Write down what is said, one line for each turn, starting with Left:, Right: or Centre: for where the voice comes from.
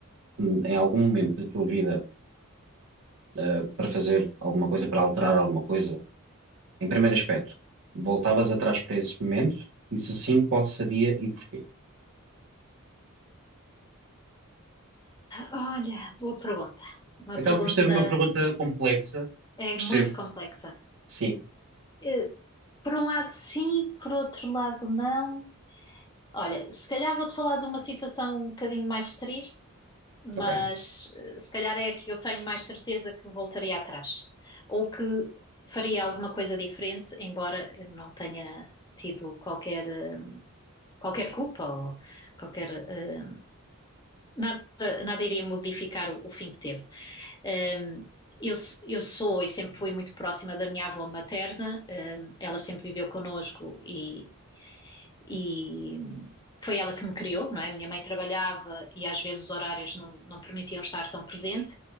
Right: hum, em algum momento da tua vida, eh, para fazer alguma coisa, para alterar alguma coisa, Em primeiro aspecto, voltavas atrás para esse momento? E se sim, qual seria e porquê?
Left: Ah, Olha, boa pergunta. Uma
Right: Acaba
Left: pergunta
Right: por ser uma pergunta complexa,
Left: é
Right: percebo.
Left: muito complexa.
Right: Sim,
Left: Eh, Por um lado, sim, por outro lado, não. Olha, se calhar vou-te falar de uma situação um bocadinho mais triste, mas
Right: ok.
Left: eh, se calhar é a que eu tenho mais certeza que voltaria atrás. Ou que faria alguma coisa diferente, embora eu não tenha tido qualquer, eh, qualquer culpa ou qualquer eh, nada, nada iria modificar o, o fim que teve. Hum, eu, eu sou e sempre fui muito próxima da minha avó materna, hum, ela sempre viveu connosco e, e foi ela que me criou, não é? Minha mãe trabalhava e às vezes os horários não, não permitiam estar tão presente